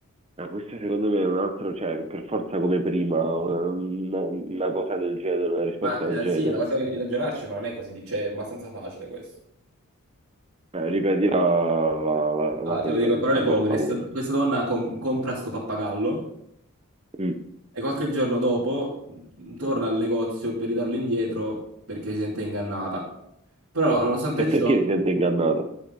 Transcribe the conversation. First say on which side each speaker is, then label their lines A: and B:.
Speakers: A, on the right; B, on the right.
A: Ah, questa secondo me è un altro, cioè per forza come prima, una, una- una cosa del genere, una risposta
B: Ma
A: del
B: eh,
A: genere.
B: sì, è una cosa che devi ragionarci, ma non è così, di- cioè, è abbastanza facile questo.
A: Eh, ripeti la, la- la- la
B: Ah, te
A: sentenza,
B: lo dico in parole povere,
A: per favore.
B: sta- questa donna com- compra sto pappagallo
A: Mm.
B: E qualche giorno dopo mh, torna al negozio per ridarlo indietro perché si sente ingannata. Però, nonostante
A: E
B: ciò,
A: perché si sente ingannata?